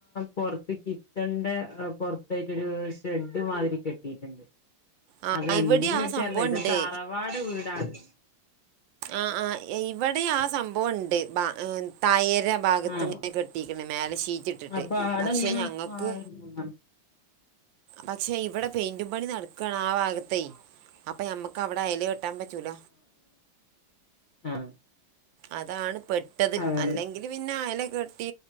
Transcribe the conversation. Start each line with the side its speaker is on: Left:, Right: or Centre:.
Left: പുറത്തെക്ക് കിച്ചന്റെ പുറത്തായിട്ടൊരു ഷെഡ് മാതിരി കെട്ടി കെട്ടിട്ടുണ്ട്
Right: ആ
Left: അതെന്തിന്
Right: ഇവിടെ ആ
Left: കെട്ടിയല്ലേ
Right: സംഭവം
Left: ഇത്
Right: ഉണ്ട്
Left: തറവാട് വീടാണ്
Right: ആഹ ആഹ ഇവിടെ ആഹ സംഭവുണ്ട് തായേര ഭാഗത്ത്
Left: ആഹ്
Right: ഇങ്ങനെ കെട്ടിരിക്കണ് മേലെ ശീറ്റ് ഇട്ടിട്ട്
Left: അപ്പൊ ആടെ
Right: പക്ഷെ
Left: ഇങ്ങനെ
Right: ഞങ്ങക്ക്
Left: മാറിരുന്നതാണ്
Right: പക്ഷെ ഇവിടെ പെയിന്റുപണി നടക്കാണ് ആ ഭാഗത്തേ അപ്പൊഞമ്മക്ക് അവിടെ ഐൽ കെട്ടാൻ പറ്റൂല
Left: ആഹ
Right: അതാണ് പെട്ടത്
Left: അതന്നെ
Right: അല്ലെങ്കിൽ പിന്നെ അയല കെട്ടി